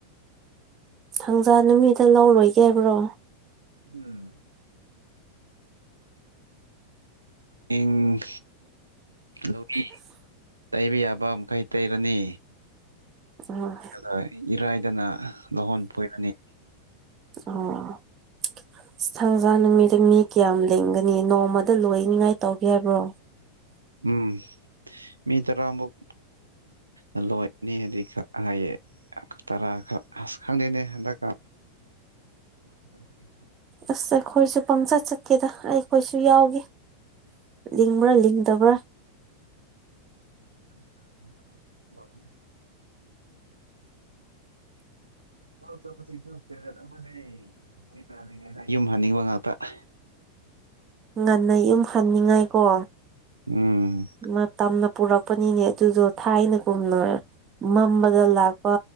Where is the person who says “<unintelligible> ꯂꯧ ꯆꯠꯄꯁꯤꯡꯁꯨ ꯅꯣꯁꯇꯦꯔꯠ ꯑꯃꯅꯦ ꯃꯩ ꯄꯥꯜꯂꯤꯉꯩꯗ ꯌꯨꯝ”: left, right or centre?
Right